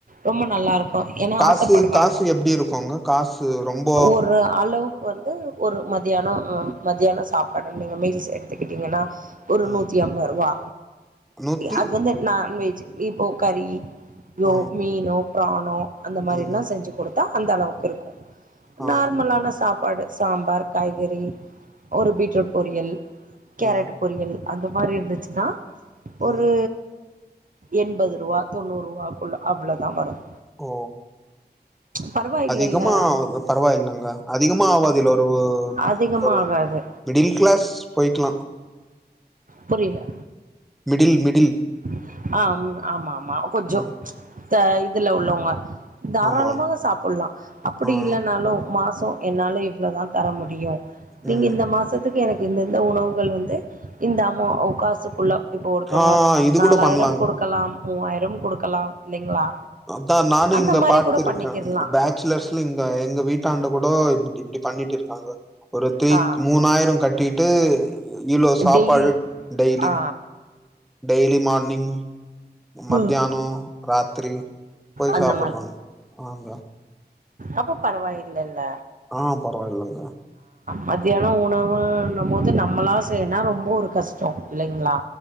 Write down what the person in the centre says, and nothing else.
காசு
காசு எப்படி இருக்கும்ங்க காசு ரொம்ப
ம்
நூத்தி
ஆ
ம்
ஆ
ம்
ம்
ஓ
அதிகமா பரவாயில்ங்க அதிகமா ஆவாதுல் ஒரு
ஒரு
மிடில் கிளாஸ் போய்க்கலாம்
மிடில் மிடில்
ம்
ஆமா
ஆ
ம்
ஆ இது
கூட பண்லாங்க
அதான் நானும்
இங்க
பா்த்த
இருக்கேன்
பேச்சுலர்ஸ்ல இங்க எங்க வீட்டாண்ட கூட இப்படி அப்படி பண்ணிட்டு இருக்காங்க ஒரு த்ரீ
மூணாயிரம் கட்டிட்டு இலோ சாப்பாடு
டெய்லி
டெய்லி மார்னிங் மத்தியானம்
ராத்திரி போய்
சாப்படுறாங்க ஆங்க
ஆஹ் பரவாயில்லைங்க